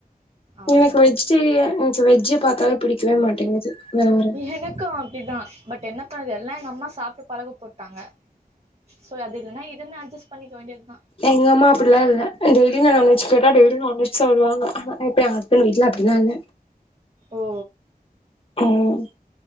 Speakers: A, on the right; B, on the left.
A: அவ்ளோதா
B: எனக்கு வெஜ் சரி எனக்கு வெஜ்ஜே பாத்தாலே பிடிக்கவே மாட்டேங்கிது வர வர
A: எனக்கு அப்டிதா பட் என்ன பண்ணறது எல்லா எங்க அம்மா சாப்ட்டு பழக போட்டாங்க சோ அது இல்லன்னா இதுன் அட்ஜஸ் பண்ணிக்க வேண்டியத்தா
B: எங்கம்மா அப்டில்லா இல்ல டெய்லியு நான்வெஜ் கேட்ட டெய்லியு நான்வெஜ் சாப்டுவாங்க ஆனா இப்ப ஏ ஹஸ்பண் வீட்ல அப்டியெல்லா இல்ல
A: ஓ
B: ம்